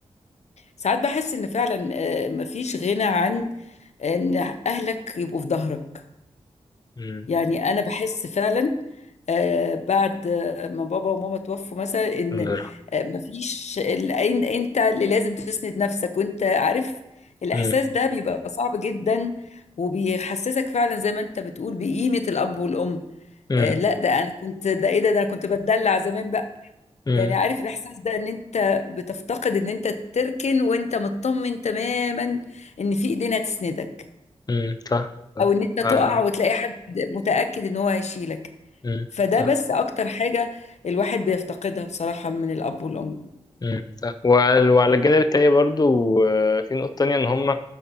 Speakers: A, on the left; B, on the left.
A: ساعات بحس ان فعلا آه، مفيش غنى عن ان اهلك يبقوا في ظهرك
B: مم.
A: يعني انا بحس فعلا آه، بعد آه، ما بابا وماما توفوا مثلا ان
B: الله يرحمه
A: آه، مفيش ال- إن- انت اللي لازم تسند نفسك وانت عارف الاحساس
B: مم.
A: ده بيبقى صعب جدا وبيحسسك فعلا زي ما انت بتقول بقيمة الاب والام
B: مم.
A: آه، لا ده انا كنت ده ايه ده ده انا كنت بتدلع زمان
B: مم.
A: يعني عارف الاحساس ده ان انت بتفتقد ان انت تركن وانت مطمن تماما ان في ايدين هتسندك
B: مم. صح صح
A: او ان انت تقع
B: آه.
A: وتلاقي حد متأكد ان هو هيشيلك
B: مم.
A: فده
B: صح.
A: بس اكتر حاجة الواحد بيفتقدها بصراحة من الاب والام
B: مم، صح وعلى وعلى الجانب التاني برضو آه، في نقطة تانية إن هما